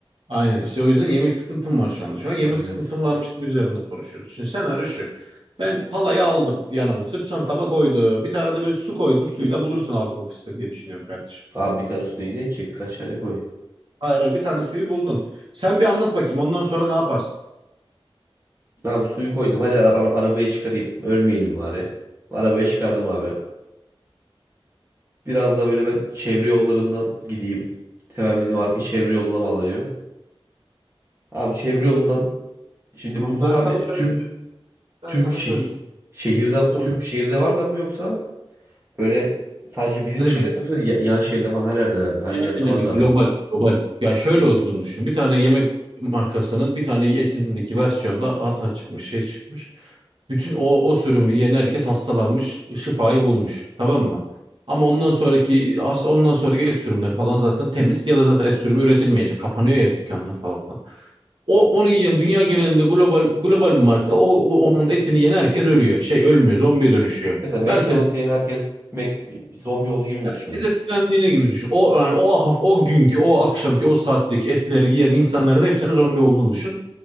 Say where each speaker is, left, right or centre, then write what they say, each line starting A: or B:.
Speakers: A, on the right; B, on the right.
A: Aynen işte o yüzden yemek sıkıntım var şu anda. Şu an yemek
B: Evet.
A: sıkıntım varmış gibi üzerinde konuşuyoruz. Şimdi senaryo şu. Ben palayı aldım yanıma. Sırt çantama koydum. Bir tane de böyle su koydum. Suyu da bulursun artık ofiste diye düşünüyorum kardeşim.
B: Abi bir tane su ne edecek birkaç tane koy.
A: Hayır hayır bir tane suyu buldun. Sen bir anlat bakayım ondan sonra ne yaparsın?
B: Abi suyu koydum hadi ara- arabaya çıkarayım ölmeyelim bari. Arabaya çıkardım abi. Biraz daha böyle ben çevre yollarından gideyim. Hemen bizim arka çevre yoluna bağlanıyor. Abi çevre yolundan şimdi
A: Tamam
B: bunlar
A: ben
B: abi
A: sana şöyle
B: tüm
A: söyleyeyim. Ben
B: tüm
A: sana
B: şehir
A: şöyle söyleyeyim.
B: şehirde
A: Dur.
B: tüm şehirde varlar mı yoksa böyle sadece bizim
A: Kardeşim
B: şehirde mi yoksa ya- yan şehirde falan her yerdeler mi? Her
A: Dünya
B: yerde
A: geneli
B: varlar
A: global
B: mı?
A: global. Ya şöyle olduğunu düşün. Bir tane yemek markasının bir tane etindeki versiyonda hata çıkmış, şey çıkmış. Bütün o o sürümü yiyen herkes hastalanmış, şifayı bulmuş. Tamam mı? Ama ondan sonraki as- ondan sonraki et sürümleri falan zaten temiz ya da zaten et sürümü üretilmeyecek. Kapanıyor ya dükkanlar falan. O onu yiyen dünya genelinde global global bir marka o, o- onun etini yiyen herkes ölüyor. Şey ölmüyor, zombiye dönüşüyor.
B: Mesela McDonald's
A: Herkes
B: yiyen herkes Mac, zombi olduğu gibi mi düşünelim?
A: herkes etkilendiğine gibi düşün. O yani o haf- o günkü, o akşamki, o saatteki etleri yiyen insanların hepsinin zombi olduğunu düşün.